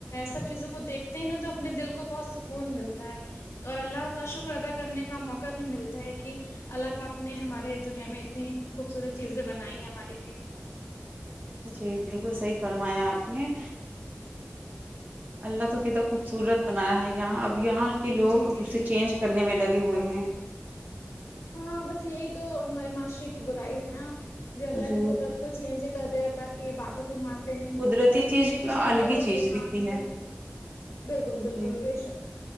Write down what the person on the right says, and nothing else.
جی بالکل صحیح فرمایا آپ نے اللہ تو کتنا خوبصورت بنایا ہے یہاں اب یہاں کے لوگ
اسے
چینج کرنے میں لگے ہوئے ہیں
جی
قدرتی
چیز
الگ ہی
چیز
دکھتی ہے
جی